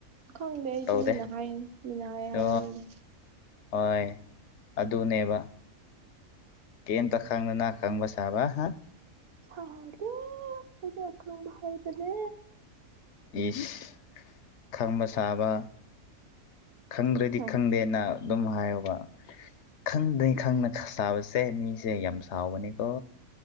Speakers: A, on the right; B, on the left.
A: ꯈꯪꯗꯦ ꯑꯩꯁꯨ
B: ꯇꯧꯗꯦ
A: ꯃꯤꯅ ꯍꯥꯏ ꯃꯤꯅ ꯍꯥꯏ
B: ꯁꯣ
A: ꯍꯥꯏꯔ ꯑꯗꯨ
B: ꯍꯣꯏ ꯑꯗꯨꯅꯦꯕ ꯀꯦꯝꯇ ꯈꯪꯗꯅꯅꯥ ꯈꯪꯕ ꯁꯥꯥꯕ ꯍꯥ
A: ꯁꯗ ꯑꯩꯖ ꯈꯪꯕ ꯍꯥꯏꯕꯅꯦ
B: ꯏꯁ ꯈꯪꯕ ꯁꯥꯕ ꯈꯪꯗ꯭ꯔꯗꯤ
A: ꯍꯝ
B: ꯈꯪꯗꯦ ꯅ ꯑꯗꯨꯝ ꯍꯥꯏꯌꯣꯕ ꯈꯪꯗꯅꯤ ꯈꯪꯅ ꯁꯥꯕꯁꯦ ꯃꯤꯁꯦ ꯌꯥꯝ ꯁꯥꯎꯕꯅꯦꯀꯣ